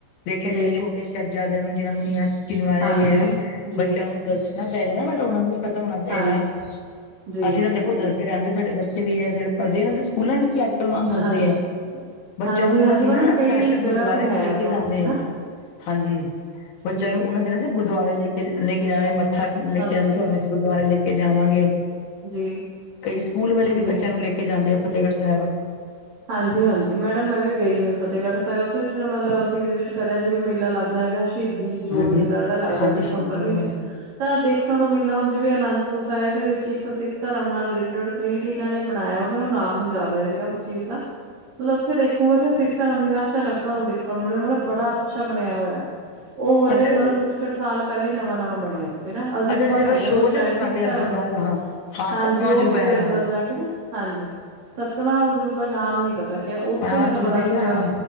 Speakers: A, on the left; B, on the right.
A: ਦੇਖਿਆ
B: ਜੀ
A: ਜਾਏ ਛੋਟੇ ਸਾਹਿਬਜ਼ਾਦਿਆਂ ਨੂੰ ਜਿਹਨਾਂ ਨੂੰ ਮੀਆਂ ਚਣਵਾਇਆ
B: ਹਾਂਜੀ,
A: ਗਿਆ,
B: ਜੀ,
A: ਬੱਚਿਆਂ ਨੂੰ ਦੱਸਣਾ ਚਾਹੀਦਾ ਨਾ ਮਤਲਬ ਉਹ ਨੂੰ ਵੀ ਪਤਾ ਹੋਣਾ ਚਾਹੀਦਾ,
B: ਹਾਂਜੀ, ਜੀ,
A: ਅਸੀਂ ਤਾਂ ਦੇਖੋ ਦੱਸਦੇ ਰਹਿੰਦੇ ਸਾਡੇ ਬੱਚੇ ਵੀ ਹੈ ਜਿਹੇ ਪੜ੍ਹਦੇ ਸਕੂਲਾ ਵਿੱਚ ਹੀ ਅੱਜ ਕੱਲ ਮਨੂੰ ਦੱਸਦੇ
B: ਹਾਂਜੀ।
A: ਆ ਬੱਚਿਆਂ
B: ਹਾਂਜੀ-ਹਾਂਜੀ
A: ਨੂੰ ਉਹਨਾਂ ਦਿਨਾਂ
B: ਮੈਡਮ
A: ਨਾ
B: ਕਈ
A: ਸਪੈਸ਼ਲ
B: ਜਗ੍ਹਾ
A: ਗੁਰਦੁਆਰਿਆਂ
B: ਤੇ ਹੈ
A: 'ਚ ਲੈ ਕੇ
B: ਟੋਪਿਕ
A: ਜਾਂਦੇ
B: ਨਾ
A: ਹੈ ਹਾਂਜੀ, ਬੱਚਿਆਂ
B: ਜੀ,
A: ਨੂੰ ਉਹਨਾਂ ਜਿ ਗੁਰਦੁਆਰੇ ਲੈ ਕੇ ਲੈ ਕੇ ਜਾਣੇ ਮੱਥਾ ਲੈ
B: ਹਾਂਜੀ।
A: ਕੇ ਜਾਂਦੇ ਤੁਹਾਨੂੰ ਅਸੀਂ ਗੁਰਦੁਆਰੇ ਲੈ ਕੇ ਜਾਵਾਂਗੇ
B: ਜੀ,
A: ਕਈ ਸਕੂਲ ਵਾਲੇ ਵੀ
B: ਜੀ,
A: ਬੱਚਿਆਂ ਨੂੰ ਲੈ ਕੇ ਜਾਂਦੇ ਆ ਫ਼ਤਿਹਗੜ੍ਹ ਸਾਹਿਬ
B: ਹਾਂਜੀ, ਹਾਂਜੀ। ਮੈਡਮ ਮੈਂ ਵੀ ਗਈ ਹੋਈ ਫਤਿਹਗੜ੍ਹ ਸਾਹਿਬ। ਉੱਥੇ ਮਤਲਬ ਅਸੀਂ ਵਿਜਿਟ ਕਰਿਆ ਜਿਵੇਂ ਮੇਲਾ ਲੱਗਦਾ ਹੈਗਾ। ਸ਼ਹੀਦੀ ਜੋੜ
A: ਹਾਂਜੀ
B: ਮੇਲਾ ਜਿਹੜਾ ਲੱਗਦਾ
A: ਹਾਂਜੀ
B: ਸੀ ਦਸੰਬਰ
A: ਸ਼ਹੀਦੀ ਜੋੜਾ
B: ਮਹੀਨੇ ਤਾਂ ਦੇਖਣ ਨੂੰ ਮਿਲਦਾ ਹੁਣ ਜਿਵੇਂ ਅਨੰਦਪੁਰ ਸਾਹਿਬ ਦੇ ਵਿੱਚ ਇੱਕ ਸਿੱਖ ਧਰਮ ਨਾਲ ਰਿਲੇਟਿਡ ਥਰੀ ਡੀ ਨਾ ਇਹਨਾਂ ਨੇ ਬਣਾਇਆ ਵਾ ਮੈਨੂੰ ਨਾਮ ਨੀ ਯਾਦ ਇਹ ਰਿਹਾ। ਚੀਜ਼ ਦਾ, ਮਤਲਬ ਉੱਥੇ ਦੇਖੂਗਾ ਉੱਥੇ ਸਿੱਖ ਧਰਮ ਦੀ ਹਰ ਝਲਕ ਤੁਹਾਨੂੰ ਦੇਖਣ ਨੂੰ ਮਿਲੂ ਮਤਲਬ ਬੜਾ ਅੱਛਾ ਬਣਿਆ ਹੋਇਆ। ਉਹ ਹਜੇ
A: ਅੱਛਾ
B: ਮਤਲਬ ਕੁੱਛ ਕੁ ਸਾਲ ਪਹਿਲਾਂ ਹੀ ਨਵਾਂ-ਨਵਾਂ ਬਣਿਆ ਉੱਥੇ। ਤੇ ਨਾ ਅਜੂਬਾ
A: ਅੱਛਾ ਜਿਹੜਾ
B: ਕਹਿੰਦੇ
A: ਸ਼ੋਅ
B: ਉਹਨੂੰ ਸ਼ਾਇਦ
A: ਜਾ ਦਿਖਾਉਂਦੇ
B: ਸਿੱਖ ਧਰਮ
A: ਆ ਅਜੂਬਾ
B: ਦਾ।
A: ਹਾਂ ਹਾਂ
B: ਹਾਂਜੀ
A: ਸੱਤਵਾਂ
B: ਉਹ
A: ਅਜੂਬਾ
B: ਜਿਵੇਂ
A: ਹੈ
B: ਅੰਦਰ
A: ਹਾਂ
B: ਜਾ ਕੇ ਨਾ ਹਾਂਜੀ, ਸੱਤਵਾਂ ਅਜੂ ਪਰ ਨਾਮ ਨੀ ਪਤਾ ਕਿਆ ਉੱਥੇ
A: ਹਾਂ
B: ਮਤਲਬ
A: ਅਜੂਬਾ
B: ਬੜਾ ਅੱਛਾ,
A: ਹੀ ਆ ਹਾਂ